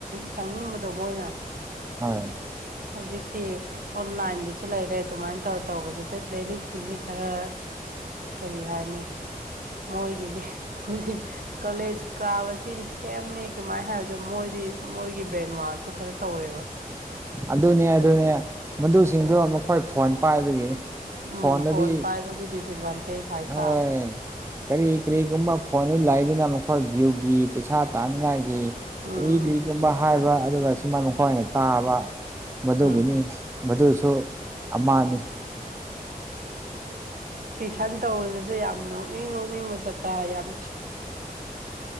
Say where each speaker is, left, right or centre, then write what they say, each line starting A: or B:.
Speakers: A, on the right; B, on the right.
A: ꯆꯪꯅꯤꯡꯕꯗꯣ ꯃꯣꯏꯅ ꯎꯝ
B: ꯍ
A: ꯍꯧꯖꯤꯛꯇꯤ ꯑꯣꯟꯂꯥꯏꯟꯒꯤꯁꯨ ꯂꯩꯔꯦ ꯑꯗꯨꯃꯥꯏꯅ ꯇꯧꯔ ꯇꯧꯕꯁꯤꯗ ꯂꯥꯏꯔꯤꯛꯀꯤꯁꯤ ꯈꯔ ꯀꯔꯤ ꯍꯥꯏꯅꯤ ꯃꯣꯏꯒꯤꯁꯦ ꯍꯧꯖꯤꯛ ꯀꯂꯦꯖ ꯀꯥꯕꯁꯤꯒꯤ ꯀꯩꯝꯅꯤ ꯀꯃꯥꯏꯅ ꯍꯥꯏꯕꯗꯣ ꯃꯣꯏꯗꯤ ꯃꯣꯏꯒꯤ ꯕ꯭ꯔꯦꯟ ꯋꯥꯁꯇꯣ ꯈꯔ ꯇꯧꯔꯦꯕ
B: ꯑꯗꯨꯅꯦ ꯑꯗꯨꯅꯦ ꯃꯗꯨꯁꯤꯡꯗꯨꯣ ꯃꯈꯣꯏ ꯐꯣꯟ ꯄꯥꯏꯕꯒꯤꯅꯤ
A: ꯎꯝ
B: ꯐꯣꯟꯗꯗꯤ
A: ꯐꯣꯟ ꯄꯥꯏꯕꯒꯤ ꯗꯤꯁꯑꯦꯠꯚꯥꯟꯇꯦꯖ ꯍꯥꯏꯇꯥꯔꯦꯗ
B: ꯍꯣꯏ ꯀꯔꯤ ꯀꯔꯤ ꯀꯨꯝ ꯐꯣꯟ ꯏ ꯂꯥꯏꯗꯅ ꯃ ꯌꯒ ꯒꯤ ꯄꯩꯁꯥ ꯇꯥꯅꯤꯡꯉꯥꯏꯒꯤ
A: ꯎꯝ
B: ꯀꯔꯤ
A: ꯎꯝ
B: ꯀꯔꯤꯒꯨꯝꯕ ꯍꯥꯏꯕ ꯑꯗꯨꯒ ꯁꯨꯃꯥꯏꯅ ꯃꯈꯣꯏꯅ ꯇꯥꯕ ꯃꯗꯨꯒꯤꯅꯤ
A: ꯎꯝ
B: ꯃꯗꯨꯁꯨ ꯑꯃꯅꯤꯅꯤ
A: ꯇꯨꯏꯁꯟ ꯇꯧꯕꯗꯁꯨ ꯌꯥꯝ ꯅꯣꯛꯅꯤꯡ ꯅꯣꯛꯅꯤꯡꯕ ꯆꯠꯄ ꯌꯥꯝ